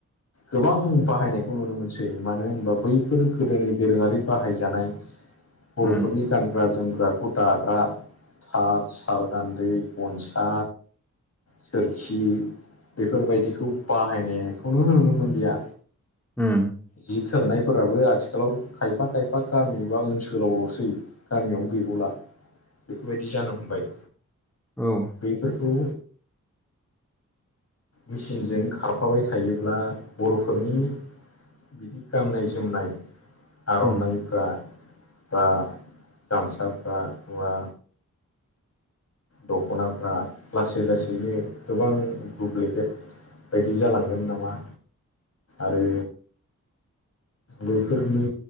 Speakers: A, on the left (about 50°); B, in the centre.
A: गोबां बाहायनायखौ नुनो मोनसै मानो होनबा बै बे फोर गोदोनि दोरोङारि बाहायजानाय बर'फोरनि
B: उम औ उम
A: गानग्रा जोमग्राखौ दाग्रा थाब साल गान्दै गनसा सोरखि बेफोरबायदिखौ बाहायनायखौनो नुनो मोनलिया
B: उम
A: जि थोरनायफोराबो आथिखालाव खायफा खायफा गामि बा ओनसोलावल'सै गामियावनो गैबावला बेफोरबायदि जानो हमबाय
B: औ
A: बेफोरखौ मेचिनजों खारफाबाय थायोब्ला बर'फोरनि बिदि गाननाय-जोमनाय
B: उम
A: आर'नाइफ्रा बा गामसाफ्रा बा दख'नाफ्रा लासै लासैनो गोबां दुप्लिकेट बायदि जालांगोन नामा आरो बैफोरनि